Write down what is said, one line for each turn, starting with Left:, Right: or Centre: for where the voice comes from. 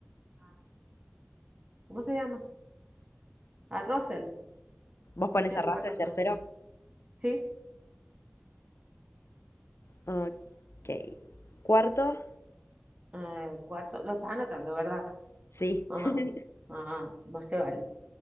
Right: a- ¿cómo se llama? A Russell.
Left: ¿Vos
Right: ¿En
Left: pones
Right: qué
Left: a
Right: lugar
Left: Russell
Right: lo tengo?
Left: tercero?
Right: ¿Sí?
Left: Ok. ¿Cuarto?
Right: Eh, cuarto, lo estás anotando, ¿verdad?
Left: Sí.
Right: Ajá.
Left: <laughs>
Right: Ah, más te vale.